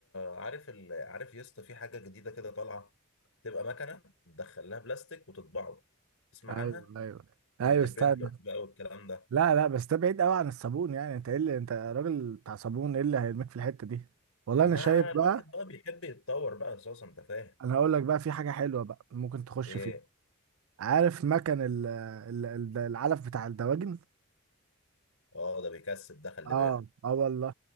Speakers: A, on the left; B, on the right.
A: عارف ال... عارف يا اسطى في حاجه جديده كده طالعه تبقى مكنه تدخل لها بلاستيك وتطبعه تسمع
B: ايوه
A: عنها
B: ايوه ايوه
A: 3 دي
B: استنى
A: برينتر بقى والكلام ده
B: لا لا بس ده بعيد قوي عن الصابون يعني انت ايه اللي انت راجل بتاع صابون ايه اللي هيرميك في الحته دي والله
A: ما
B: انا شايف
A: الواحد
B: بقى
A: بقى بيحب يتطور بقى اساسا انت فاهم
B: انا هقول لك بقى في حاجه حلوه بقى ممكن تخش
A: ايه
B: فيها عارف مكن ال- ال- ال- العلف بتاع الدواجن
A: اه ده بيكسب ده خلي
B: اه
A: بالك
B: اه والله